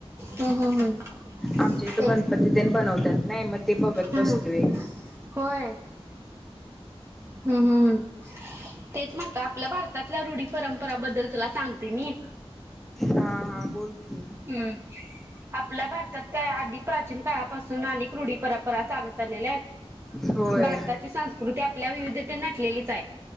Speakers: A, on the right; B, in the centre.
A: हम् हम् हम्
B: आमच्या इथ
A: तेच
B: गणपती तेन बनवतात नाही मग ते बघत
A: हम्
B: बसलोय
A: होय हम् हम् तेच म्हणत आपल्या भारतातल्या रूढी परंपराबद्दल तुला सांगते मी
B: हा हा बोल की
A: हम्म आपल्या भारतात काय आधिक प्राचीन काळापासून अनेक रूढी परंपरा चालत आलेल्या आहेत
B: होय
A: भारताची संस्कृती आपल्या विविधते नटलेली जाय